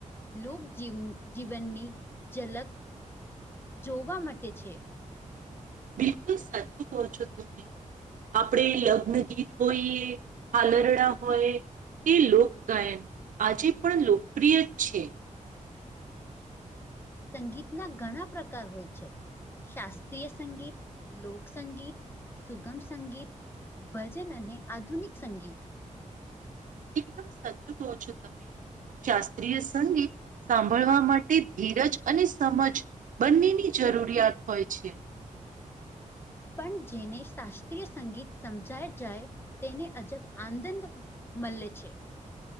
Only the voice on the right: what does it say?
બિલકુલ સચ પહછો તુમે. આપણે લગ્ન ગીત હોઈએ હાલરડા હોય. એ લોકગાયન આજે પણ લોકપ્રિય જ છે.
એકમ સચ કહ છો તમે શાસ્ત્રીય સંગીત. સાંભળવા માટે ધીરજ અને સમજ બંનેની જરૂરિયાત હોય છે.